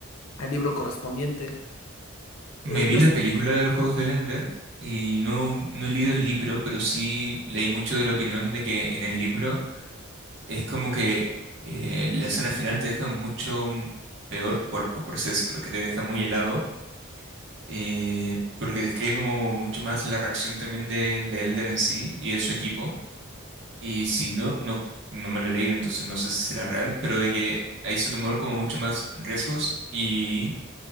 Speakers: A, on the left; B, on the right.
A: el libro correspondiente.
B: Me
A: Eh,
B: vi
A: yo,
B: la película de los juegos de Ender y no, no he leído el libro, pero sí leí mucho de la opinión de que en el libro es como que eh, la escena final te deja mucho mm, peor cuerpo, por así decirlo, que te deja muy helado eh, porque describe como mucho más la reacción también de, de Elder en sí y de su equipo. Y si no, no, no me lo he leído, entonces no sé si será real, pero de que ahí se tomaron como mucho más riesgos y